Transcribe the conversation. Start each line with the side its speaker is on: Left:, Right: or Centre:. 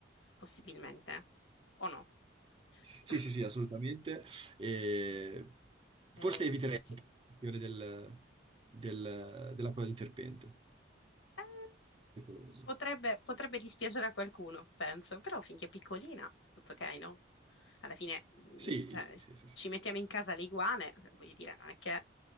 Left: possibilmente. O no? <laughs>
Right: Sì, sì, sì, assolutamente. E forse
Left: Ehm,
Right: eviterei
Left: sì.
Right: il fiore del, del- della coda di serpente,
Left: Eh,
Right: pericoloso.
Left: potrebbe, potrebbe dispiacere a qualcuno, penso, però finché è piccolina, tutto ok, no? Alla fine, mm,
Right: Sì,
Left: cioè, s-
Right: sì, sì, sì.
Left: ci mettiamo in casa le iguane, voglio dire, non è che